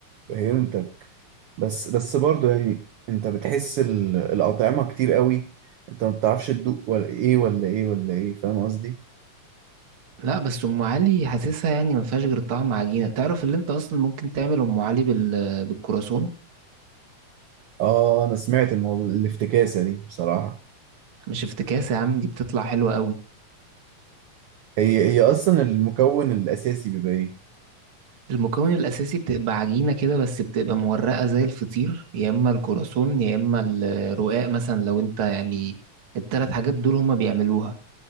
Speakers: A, on the right (about 80°); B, on the right (about 50°).
A: فهمتك بس بس برضو يعني انت بتحس ال- الاطعمه كتير قوي انت ما بتعرفش تدوق ولا ايه ولا ايه ولا ايه فاهم قصدي
B: لا بس ام علي حاسسها يعني ما فيهاش غير طعم عجينه تعرف اللي انت اصلا ممكن تعمل ام علي بال... بالكرواسون
A: اه انا سمعت الموضوع الافتكاسه دي بصراحه
B: مش افتكاس يا عم دي بتطلع حلوه قوي
A: هي هي اصلا المكون الاساسي بيبقى ايه
B: المكون الاساسي بتبقى عجينه كده بس بتبقى مورقه زي الفطير يا اما الكرواسون يا اما الرقاق مثلا لو انت يعني التلات حاجات دول هما بيعملوها